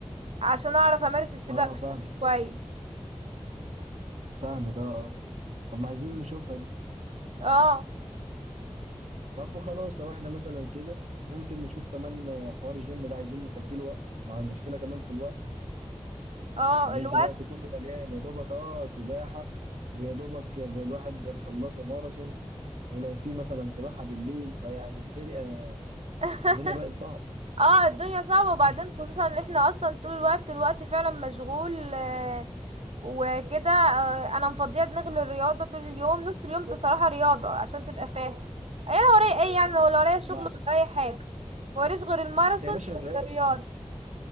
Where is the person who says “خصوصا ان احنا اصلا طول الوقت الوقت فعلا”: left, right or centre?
Right